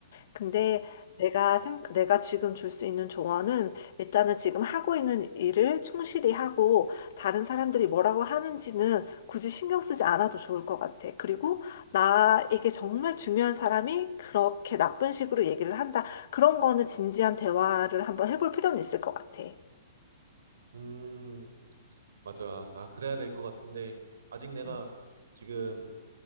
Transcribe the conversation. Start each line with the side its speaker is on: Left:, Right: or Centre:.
Left: 근데
Right: 음,
Left: 내가 생, 내가 지금 줄 수 있는 조언은 일단은 지금 하고 있는 일을 충실히 하고 다른 사람들이 뭐라고 하는지는 굳이 신경 쓰지 않아도 좋을 것 같아. 그리고 나에게 정말 중요한 사람이 그렇게 나쁜 식으로 얘기를 한다. 그런 거는 진지한 대화를 한번 해볼 필요는 있을 것 같아.
Right: 음, 맞아. 아, 그래야 될 것 같은데, 아직 내가
Left: 음.
Right: 지금